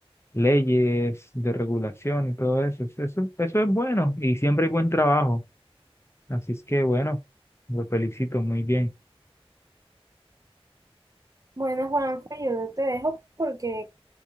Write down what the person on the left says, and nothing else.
leyes, de regulación y todo eso. Eso, eso es bueno y siempre hay buen trabajo. Así es que bueno, lo felicito muy bien.